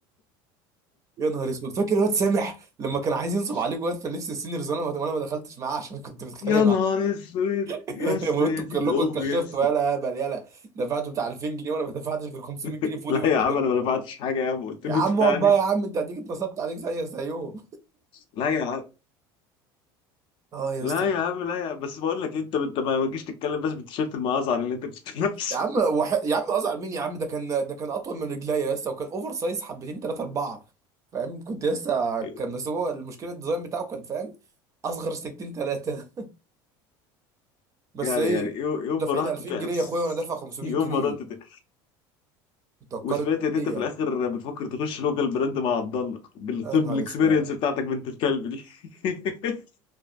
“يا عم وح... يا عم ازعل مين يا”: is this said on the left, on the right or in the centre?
Right